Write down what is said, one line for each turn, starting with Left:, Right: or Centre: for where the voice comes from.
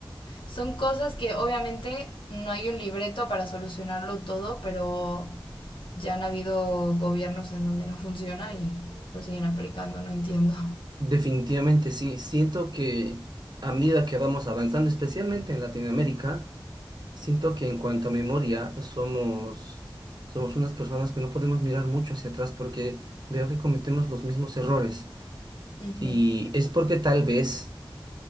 Left: son cosas que obviamente no hay un libreto para solucionarlo todo, pero ya han habido gobiernos en donde no funciona y lo siguen aplicando, no entiendo.
Right: definitivamente sí. Siento que a medida que vamos avanzando, especialmente en Latinoamérica, siento que en cuanto a memoria somos, somos unas personas que no podemos mirar mucho hacia atrás porque veo que cometemos los mismos errores.
Left: Ujú,
Right: Y es porque tal vez...